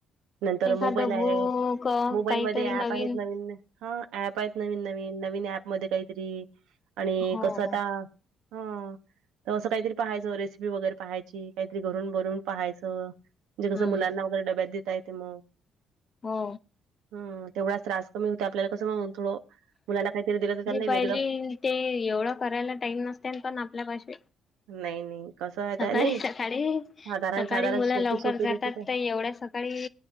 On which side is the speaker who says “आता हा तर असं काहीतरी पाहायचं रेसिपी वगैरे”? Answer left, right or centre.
Right